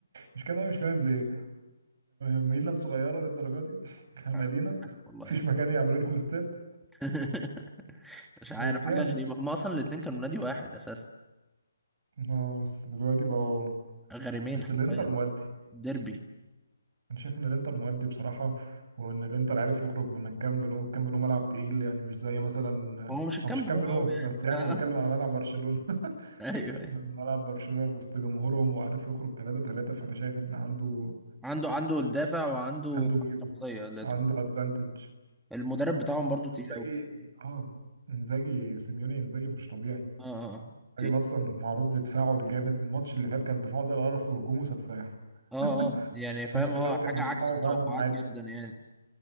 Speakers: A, on the right; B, in the centre.
A: مش كان انا مش فاهم ليه ميلان صغيرة للدرجة دي <laughs> كمدينة
B: آه، مش عارف والله
A: مفيش
B: يعني
A: مكان يعملوا لهم استاد
B: <laughs> مش
A: بس
B: عارف حاجه
A: يعني
B: غريبه هما اصلا الاتنين كانوا نادي واحد اساسا
A: اه بس دلوقتي بقى
B: غريمين
A: بس
B: حرفيا
A: الانتر مؤدي
B: ديربي
A: انا شايف ان الانتر مؤدي بصراحة وان الانتر عارف يخرج من الكامب نو الكامب نو ملعب تقيل يعني مش زي مثلا
B: هو مش الكامب
A: او مش كامب
B: هو
A: نو
B: قوي يعني
A: بس يعني
B: <laughs>
A: بتكلم على ملعب برشلونة <laughs>
B: ايوه
A: من
B: ايوه
A: ملعب برشلونة في وسط جمهورهم وعارف يخرج 3 3 فانا شايف ان عنده
B: عنده عنده الدافع وعنده
A: عنده ميزة
B: الشخصيه اللي
A: عنده
B: تو-
A: ادفانتج
B: المدرب بتاعهم برضو
A: وانزاجي
B: تقيل قوي
A: اه انزاجي سيميوني انزاجي مش طبيعي
B: اه اه آه.
A: الراجل
B: تقيل
A: اصلا معروف بدفاعه الجامد الماتش اللي فات كان دفاعه زي القرف وهجومه سفاح
B: اه
A: <laughs>
B: اه يعني فاهم
A: الماتش اللي
B: اه
A: فات كان
B: حاجه
A: دفاعه
B: عكس التوقعات
A: فعلا عادي
B: جدا يعني